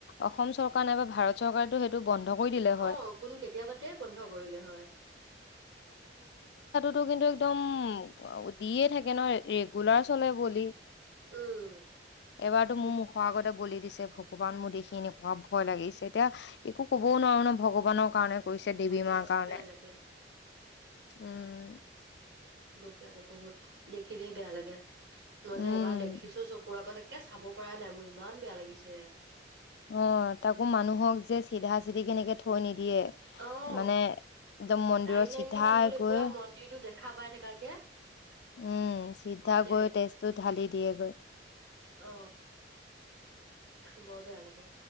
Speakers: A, on the left; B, on the right.
A: অসম চৰকাৰ নাইবা ভাৰত চৰকাৰেটো সেইটো বন্ধ কৰি দিলে হয়।
B: অহ, কোন কেতিয়াবাতেই বন্ধ কৰিলে হয়।
A: টো কিন্তু একদম দিয়ে থাকে ন' ৰেগুলাৰ চলে বুলি। <inaudible>
B: উম।
A: এবাৰটো মোৰ মুখৰ আগতে বলি দিছে ভগৱান মোৰ দেখি পুৱা ভয় লাগিছে এতিয়া একো
B: অ
A: ক'বও নোৱাৰো ন' ভগৱানৰ কাৰণে কৰিছে দেৱী
B: হয় দে
A: মাৰ
B: বৰ
A: কাৰণে,
B: বেয়া লাগে
A: উম।
B: দুখ লাগে বহুত দেখিলেই বেয়া লাগে। মই যে
A: উম
B: এবাৰ দেখিছো চকুৰ আগত তে চাব পৰা নাই মোৰ ইমান বেয়া লাগিছে।
A: অ', তাকো মানুহক যে চিধা চিধি কেনেকে থৈ নিদ দিয়ে
B: অ
A: মানে একদম মন্দিৰত
B: লাইন লাইন
A: চিধা
B: কে থাকিব লাগিব
A: গৈ
B: পুৰা মন্দিৰটো দেখা পাই থাকাকে
A: উম, চিধা
B: হয় দে
A: গৈ তেজটো ঢালি দিয়েগৈ।
B: অ বৰ বেয়া লাগে